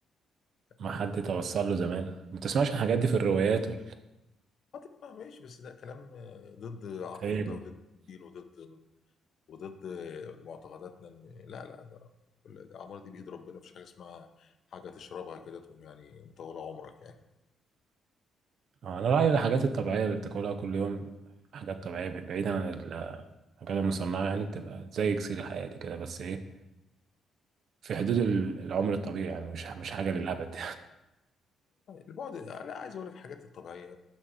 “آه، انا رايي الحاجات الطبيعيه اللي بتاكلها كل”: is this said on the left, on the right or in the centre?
Right